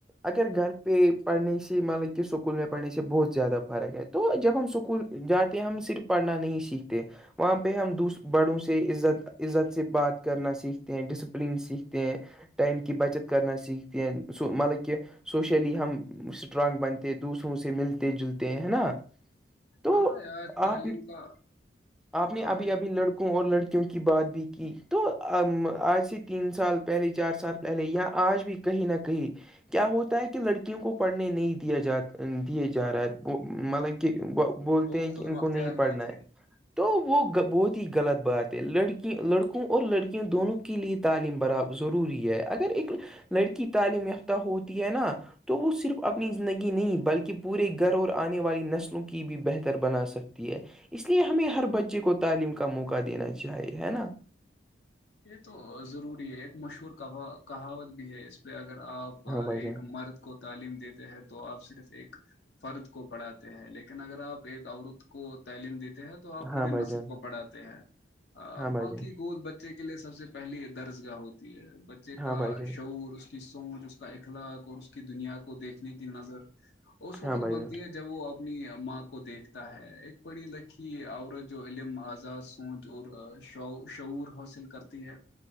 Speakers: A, in the centre; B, on the left.
A: اگر گھر پ پڑھنے سے مطلب کہ سکول میں پڑھنے سے بہت زیادہ فرق ہے ہے تو جب ہم اسکول جاتے ہیں ہم صرف پڑھنا نہیں سیکھتے وہاں پہ ہم دوس بڑوں سے عزت عزت سے بات کرنا سیکھتے ہیں ڈسپلین سیکھ ہیں ائم کی بچت کرنا سیکھتے ہیں س مطلب کہ سوشلی ہم اسٹرانگ بنتے دوسروں سے ملتے جلتے ہیں ہے نا تو
B: ہاں یار تعلیم
A: آپ
B: کا
A: آپ نے
B: ہاں
A: ابھی ابھی لڑکوں اور لڑکی کی بات بھی کی تو آج سے تین سال پہلے چار سال پہلے یا آج بھی کہیں نہ کہیں کیا ہوتا ہے کہ لڑکیوں کو پڑھنے نہیں دیا جا دیے جا رہا ہے مطلب کہ بولتے
B: وہ
A: ہیں
B: خود
A: کہ ان
B: مختار
A: کو نہیں پڑھنا
B: تھے
A: ہے تو وہ بہت ہی غلط بات ہے لڑکی لڑکوں اور لڑکیاوںں دونوں کے لئے تعلیم برابر ضروری ہے اگر ایک لڑکی تعلیم یافتہ ہوتی ہے نا تو وہ صرف اپنی زندگی نہیں بلکہ پورے گھر اور آنے والی نسلوں کی بھی بہتر بنا سکتی ہے اس لیے ہمیں ہر بچے کو تعلیم کا موقع دینا چاہیے ہے نا
B: یہ تو ضروری ہے ایک مشہور کہ کہاوت بھی ہے اس پہ اگر آپ
A: ہاں بھائی
B: ایک
A: جان
B: مرد کو تعلیم دیتے ہیں تو آپ صرف ایک فرد کو پڑھاتے ہیں لیکن اگر آپ ایک عورت کو تعلیم دیتے ہیں تو تو آپ پوری
A: ہاں بھائی
B: نسب
A: جان
B: کو پڑھاتے ہیں
A: ہاں
B: ماں
A: بھائی جان
B: کی گول بے بچے کے لیے سب سے پہلی درس گاہ ہوتی ہے بچے کا
A: ہاں بھائی جان
B: شعور اس کی سوچ اس کا اخلاق اور اس کی دنیا کو دیکھنے کی نظر اس وقت
A: ہاں بھائی
B: بنتی
A: جان
B: ہے جب وہ اپنی ماں کو دیکھتا ہے ایک پڑی لکھی عورت جو علم آزاز شعور حاصل کرتی ہے